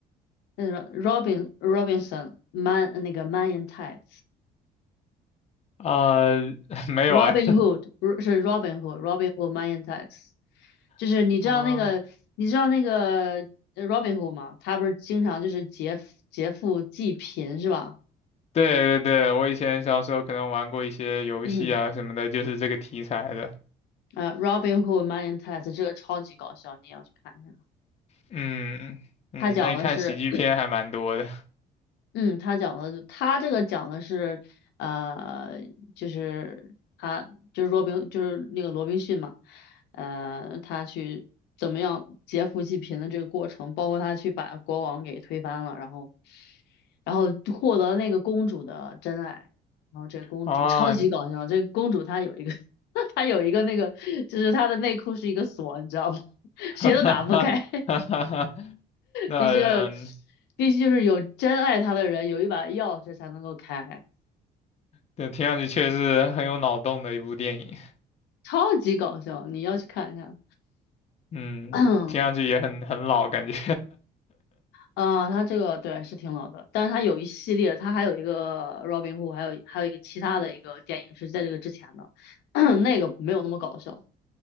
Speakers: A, on the left (about 80°); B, on the left (about 40°).
A: 那什么 Robin Robinson Man 那个 Man in Tights，Robin
B: 啊、<laughs> 没有哎
A: Hood 不是是 Robin Hood，Robin Hood Man in Tights，就是你知道那个你知道那个呃
B: <laughs> 啊，
A: Robin Hood 吗？他不是经常就是劫劫富济贫是吧？
B: 对对对，我以前小时候可能玩过一些游戏啊什么的，
A: 嗯，
B: 就是这个题材的。
A: 呃，Robin Hood Man in Tights 这个超级搞笑，你也要去看一下。
B: 嗯嗯，
A: 他讲的是。
B: 那你看喜剧片还蛮多的
A: 嗯，他讲的就他这个讲的是，呃，就是他就是罗宾就是那个罗宾逊嘛，呃，他去怎么样劫富济贫的这个过程，包括他去把国王给推翻了，然后然后获得那个公主的真爱，然后这公主超级搞笑，
B: 啊，<laughs>
A: 这公主她有一个 <laughs> 她有一个那个就是她的内裤是一个锁，你知道吗？<laughs> 谁都打不开。
B: 哈哈哈哈哈哈。那
A: 必须要有，
B: 嗯，
A: 必须就是有真爱他的人有一把钥匙才能够开，
B: 对，听上去确实很有脑洞的一部电影，
A: 超级搞笑，你要去看一下。
B: 嗯，
A: <clears throat>
B: 听上去也很很老感觉，
A: 啊、他这个对是挺老的，但是他有一系列，他还有一个 Robin Hood，还有还有一个其他的一个电影是在这个之前的，<clears throat> 那个没有那么搞笑。